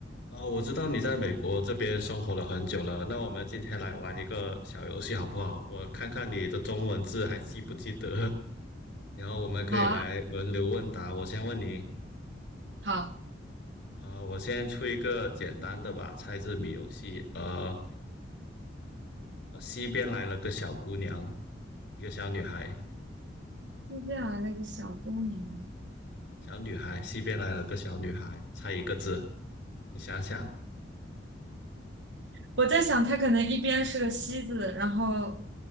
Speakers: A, on the left (about 65°); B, on the right (about 65°).
A: 啊、我知道你在美国这边生活了很久了，那我们今天来玩一个小游戏好不好？我看看你的中文字还记不记得，<laughs> 然后我们可以来轮流问答。
B: 好啊，
A: 我先问你，
B: 好，
A: 啊、我先出一个简单的吧，猜字谜游戏。呃，西边来了个小姑娘，一个小女孩，
B: 就这样的那个小公牛，
A: 小女孩，西边来了个小女孩，猜一个字。你想想，
B: 我在想它可能一边是个西字，然后